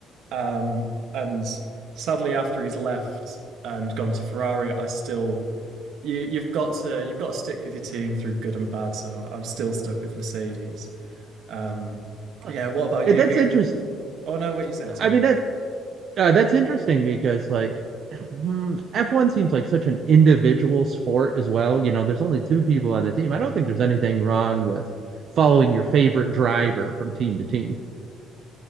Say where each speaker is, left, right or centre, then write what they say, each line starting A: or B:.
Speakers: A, on the right (about 60°); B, on the right (about 45°).
A: um, and sadly after he's left and gone to Ferrari, I still you you've got to you've got to stick with your team through good and bad. So I'm still stuck with Mercedes. Um,
B: Uh,
A: yeah. What about you?
B: That's
A: Who?
B: interesting.
A: Oh no, what are you saying? Sorry.
B: I mean, that Uh, that's interesting because like hmm, F1 seems like such an individual sport as well. You know, there's only two people on the team. I don't think there's anything wrong with following your favorite driver from team to team.